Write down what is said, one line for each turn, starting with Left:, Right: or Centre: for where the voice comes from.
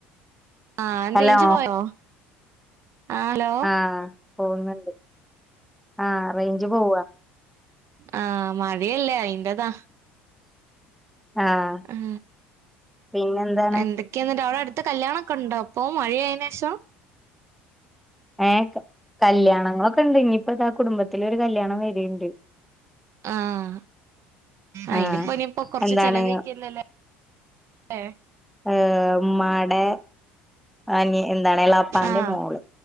Right: ആഹ് ന്തേയ്ഞ്ച്
Centre: ഹലോ
Right: പോയോ ആഹ് ലോ
Centre: ആഹ് പോവുന്നുണ്ട് ആഹ് റെയ്ഞ്ച് പോവാ.
Right: ആഹ് മഴയല്ലേ അയിൻ്റതാ.
Centre: ആഹ്
Right: <unintelligible>
Centre: പിന്നെന്താ
Right: എന്തൊക്കെന്നിട്ട് അവിടെ അടുത്ത് കല്യാണൊക്കെണ്ടോ പ്പോ മഴയായിനേഷം.
Centre: ഏഹ് ക കല്യാണങ്ങളൊക്ക്ണ്ട്. ഇഞ്ഞിപ്പതാ കുടുംബത്തിലൊരു കല്യാണ വര്ണ്ട്.
Right: ആഹ് അയിനിപ്പോ
Centre: ആഹ്
Right: ഇനിയിപ്പോ കൊറച്ച്
Centre: എന്താണ്
Right: ചെലവഴിക്കോല്ലല്ലേ ഏഹ്
Centre: അത് മ്മാടെ അനി എന്താണ് എളാപ്പാന്റെ
Right: ആഹ്
Centre: മോള്.